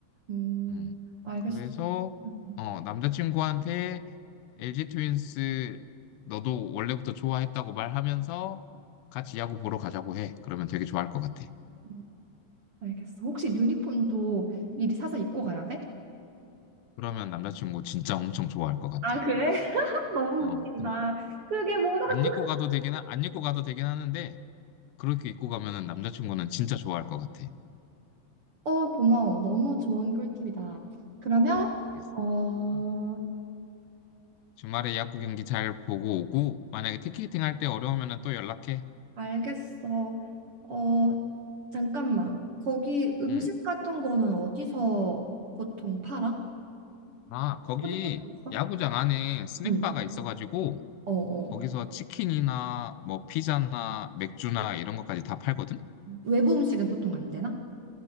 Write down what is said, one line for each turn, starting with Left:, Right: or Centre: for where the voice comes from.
Right: 음.
Left: 음.
Right: 알겠어.
Left: 그래서,
Right: 음.
Left: 어, 남자친구한테 LG 트윈스 너도 원래부터 좋아했다고 말하면서 같이 야구 보러 가자고 해. 그러면 되게 좋아할 것 같아.
Right: 음, 알겠어. 혹시 유니폼도 미리 사서 입고 가야 돼?
Left: 그러면 남자친구 진짜 엄청 좋아할 것 같아.
Right: 아, 그래? <laughs> 너무
Left: 어,
Right: 웃긴다.
Left: 음.
Right: 그게 뭐라고?
Left: 안 입고 가도 되긴, 하, 안 입고 가도 되긴 하는데, 그렇게 입고 가면은 남자친구는 진짜 좋아할 것 같아.
Right: 어, 고마워. 너무 좋은 꿀팁이다. 그러면,
Left: 알겠어.
Right: 어,
Left: 어. 주말에 야구 경기 잘 보고 오고, 만약에 티켓팅 할 때 어려우면은 또 연락해.
Right: 알겠어. 어, 잠깐만. 거기 음식
Left: 음.
Right: 같은 거는 어디서 보통 팔아?
Left: 아, 거기
Right: 푸드코트 있어?
Left: 야구장 안에 스낵바가
Right: 응.
Left: 있어가지고
Right: 어, 어.
Left: 거기서 치킨이나 뭐 피자나 맥주나 이런 것까지 다 팔거든?
Right: 외부 음식은 보통 안 되나?